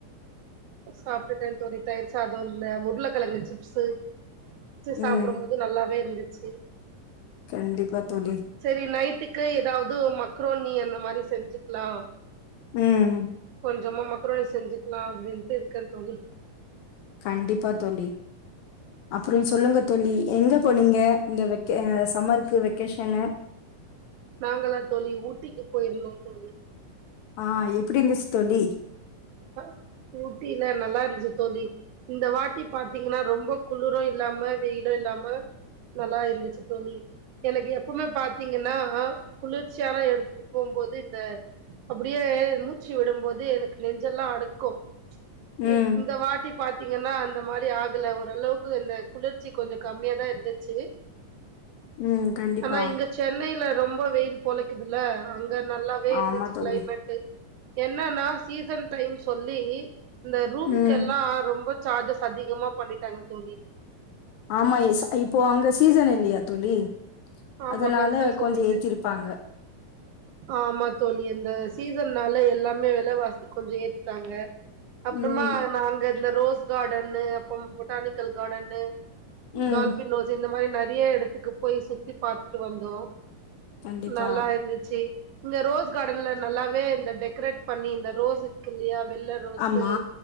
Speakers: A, on the right; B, on the left.
A: சாப்ட்டுட்டேன் தோழி தயிர் சாதம் இந்த உருளைக்கிழங்கு சிப்ஸு வச்சி சாப்டும்
B: ம்
A: போது நல்லாவே இருந்துச்சு
B: கண்டிப்பா தோழி
A: சேரி நைட்டுக்கு ஏதாவ்து மக்ரோனி அந்த மாரி செஞ்சுக்கலா
B: ம்
A: கொஞ்சமா மக்ரோணி செஞ்சுக்கலாம் அப்டின்ட்டு இருக்கேன் தோழி
B: கண்டிப்பா தோழி அப்புறம் சொல்லுங்க தோழி எங்க போனீங்க இந்த வெக்க சம்மர்க்கு வெக்கேஷன்
A: நாங்களா தோழி ஊட்டிக்கு போயிருந்தோம் தோழி
B: ஆ எப்டி இருந்துச்சு தொழி
A: அ ஊட்டில நல்லா இருந்துச்சு தோழி இந்த வாட்டி பாத்தீங்கன்னா ரொம்ப குளிரும் இல்லாம வெயிலும் இல்லாம நல்லா இருந்துச்சு தோழி எனக்கு எப்பவுமே பாத்தீங்கன்னா குளிர்ச்சியா தா இருக்கு போம்போது இந்த அப்டியே மூச்சு விடும்போது எனக்கு நெஞ்செல்லாம் அடுக்கும்
B: ம்
A: இப் இந்த வாட்டி பா த்தீங்கன்னா அந்த மாரி ஆகல ஓரளவுக்கு இந்த குளிர்ச்சி கொஞ்சம் கம்மியா தா இருந்துச்சு
B: உம் கண்டிப்பா
A: ஆனா இங்க சென்னையில ரொம்ப வெயில் பொழைக்குதுல்ல அங்க நல்லாவே இருந்துச்சு
B: ஆமா தோழி
A: கிளைமேட்டு என்னன்னா சீசன் டைம் சொல்லி இந்த ரூம்கெல்லாம்
B: ம்
A: ரொம்ப சார்ஜஸ் அதிகமா பண்ணிட்டாங்க தோழி
B: ஆமா ஸ் இப்போ அங்க சீசன் இல்லையா தோழி
A: ஆமா
B: அதனால
A: கரெக்டா சொன்னீங்க
B: கொஞ்ச ஏத்திருப்பாங்க
A: ஆமா தோழி இந்த சீசன்னால எல்லாமே விலவாசி கொஞ்சம் ஏத்திட்டாங்க அப்புறமா
B: ம்
A: நாங்க இந்த ரோஸ் காடன்னு அப்புறம் பொட்டானிக்கல் காடன்னு
B: ம்
A: டால்ஃபின் ஹவுஸ் இந்த மாரி நிறைய எடத்துக்கு போய் சுத்தி பாரத்துட்டு வந்தோம்
B: கண்டிப்பா
A: நல்லா இருந்துச்சு இங்க ரோஸ் காடன்ல நல்லாவே இந்த டெக்கரேட் பண்ணி இந்த ரோஸ் இருக்கு இல்லையா வெள்ள ரோஸு
B: ஆமா